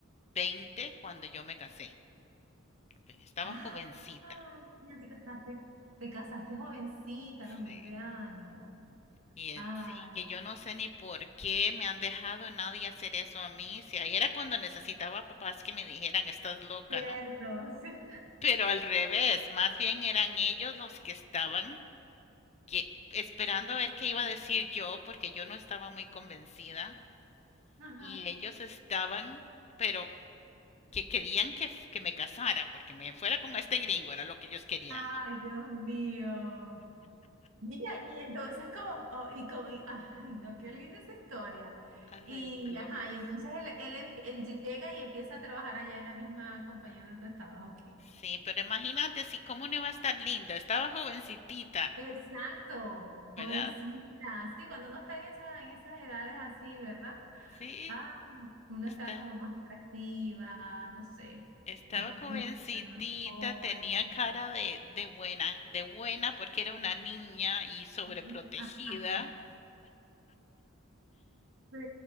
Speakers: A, on the left; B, on the right.
A: 20 cuando yo me casé. pero Estaba
B: Ah,
A: jovencita,
B: ay, mira, te casaste. Te casaste jovencita, a los 20
A: sí.
B: años.
A: Y eh,
B: Ah,
A: sí, que yo no sé ni por qué me han dejado nadie hacer eso a mí. Si ahí era cuando necesitaba papás que me dijeran, estás loca,
B: cierto.
A: ¿no?
B: <laughs> sí.
A: Pero al revés, más bien eran ellos los que estaban que- esperando a ver qué iba a decir yo, porque yo no estaba muy convencida
B: Ajá.
A: y ellos estaban, pero que querían que, f- que me casara, porque me fuera con este gringo, era lo que ellos querían,
B: Ay,
A: ¿no?
B: Dios mío. Mira, y entonces como, oh, y como, y- ay, no, qué linda esa historia.
A: Ay,
B: Y,
A: de locos.
B: ajá, y entonces él, él, em- él llega y empieza a trabajar allá en la misma compañía donde tú estabas, ok.
A: Sí, pero imagínate si cómo no iba a estar linda, estaba jovencitita,
B: Exacto,
A: ¿verdad?
B: jovencita. Sí, cuando uno está en esa, en esas edades así, ¿verdad?
A: Sí,
B: Ah, uno
A: está,
B: está como más atractiva, no sé,
A: estaba
B: más bonita,
A: jovencitita,
B: más joven.
A: tenía cara de, de buena, de buena porque era una niña y sobreprotegida.
B: <laughs> Ah, ah, ah. Sí,